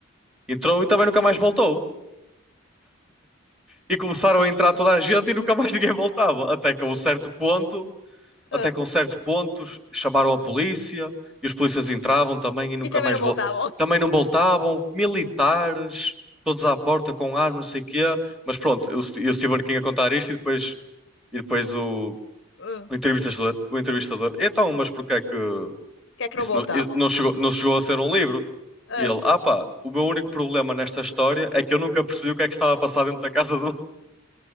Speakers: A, in the centre; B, on the left.
A: Entrou e também nunca mais voltou. E começaram a entrar toda a gente e nunca mais <laughs> ninguém voltava. Até que a um certo ponto,
B: Ah.
A: até que a um certo ponto, ch- chamaram a polícia e os polícias entravam também e nunca
B: E também
A: mais
B: não
A: voltavam.
B: voltavam.
A: Também não voltavam, militares, todos à porta com armas, não sei o quê. Mas pronto, eu, eu estive aqui a contar isto e depois. E depois o,
B: Ah.
A: O entrevistador, o entrevistador, então, mas porquê é que
B: O que é que
A: isso
B: não voltavam?
A: não, isso não chegou, não chegou a ser um livro?
B: Ah.
A: E ele, ah pá, o meu único problema nesta história é que eu nunca percebi o que é que estava a passar dentro da casa do.